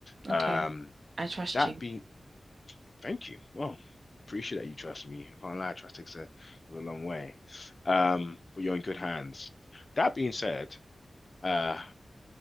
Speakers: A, on the right; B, on the left.
A: okay.
B: Um,
A: I trust
B: that
A: you.
B: be thank you. Well, appreciate that you trust me. I can't lie, trust takes a goes a long way. Um, but you're in good hands. That being said, uh,